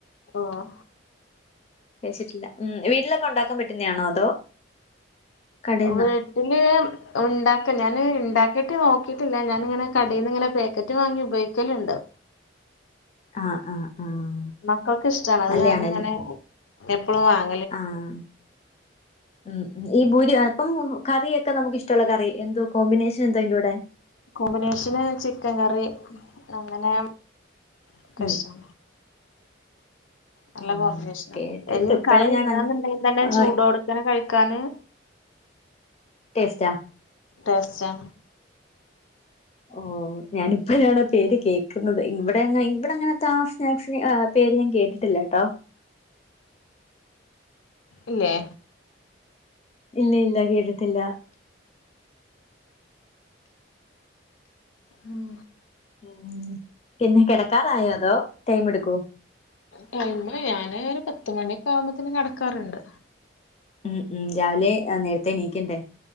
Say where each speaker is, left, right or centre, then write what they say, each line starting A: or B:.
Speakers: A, on the left; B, on the left.
A: ഓഹ് ഓഹ്
B: വച്ചിട്ടില്ല. ഉം വീട്ടിലൊക്കെ ഉണ്ടാക്കാൻ പറ്റുന്ന ആണോ അതോ കടേന്നോ
A: വീട്ട്ല് ഉണ്ടാക്ക ഞാന് ഇണ്ടാക്കിട്ട് നോക്കീട്ടില്ല. ഞാാനിങ്ങനെ കടേന്ന് ഇങ്ങനെ പാക്കറ്റ് വാങ്ങി ഉപയോഗിക്കല് ഇണ്ട്
B: ആഹ് ആഹ് ആഹ്
A: മക്കൾക്ക് ഇഷ്ടാണ് അത്
B: നല്ലയാണല്ലേ
A: കാരണം ങ്ങനെ എപ്പളുആൻ
B: ആഹ് ഉം ഉം ഈ പൂരി, അപ്പം. കറിയൊക്കെ നമുക്ക് ഇഷ്ടമുള്ള കറി. എന്തോ കോമ്പിനേഷൻ എന്താ അതിന്റെ കൂടെ
A: കോമ്പിനേഷന് ചിക്കൻ കറി, അങ്ങനെ ഒക്കെ
B: ഉം
A: ഇഷ്ട്ടാണ്. നല്ല
B: ആഹ്
A: കോമ്പിനേഷനാ.
B: കേട്ടിട്ട്
A: ഇനി
B: ഇപ്പഴേ
A: കറി
B: ഞാൻ
A: ഇല്ലന്നുണ്ടെങ്കിൽ തന്നെ
B: ആഹ്
A: ചൂടോട് ക്കനെ കഴിക്കാന്
B: ടേസ്റ്റാ
A: ടേസ്റ്റാ
B: ഓ ഞാനിപ്പോഴാണാപേര് കേക്കുന്നത് ഇവിടെയൊന്നും, ഇവിടെ അങ്ങനത്തെ ആ സ്നാക്സിന ആ ഈ പേര് ഞാൻ കേട്ടിട്ടില്ല കേട്ടോ.
A: ഇല്ലേ?
B: ഇല്ല ഇല്ല കേട്ടിട്ടില്ല.
A: ഉം
B: ഉം. പിന്നെ കിടക്കാറായോ അതോ ടൈം എടുക്കോ
A: ടൈം ഞാന് ഒരു പത്ത് മണിയൊക്കെ ആവുമ്പത്തന്നെ കെടക്കാറുണ്ട്.
B: ഉം ഉം രാവിലെ നേരത്തെ എണീക്കണ്ടേ